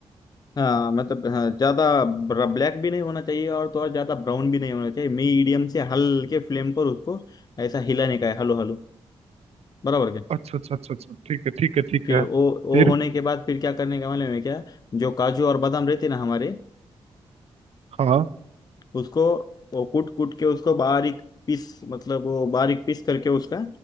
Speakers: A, on the left; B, on the right.
A: हाँ मतलब हाँ, ज्यादा ब्लैक भी नहीं होना चाहिए और तो और ज्यादा ब्राउन भी नहीं होना चाहिए मीडियम से हल्के फ्लेम पर उसको ऐसा हिलाने का है हलो हलो बराबर क्या
B: अच्छा अच्छा अच्छा अच्छा ठीक है ठीक है ठीक
A: फिर
B: है
A: वो वो
B: फिर
A: होने के बाद फिर क्या करने का मालूम है क्या जो काजू और बादाम रहते ना हमारे
B: हाँ
A: उसको वो कूट कूट के उसको बारीक पीस मतलब वो बारीक पीस करके उसका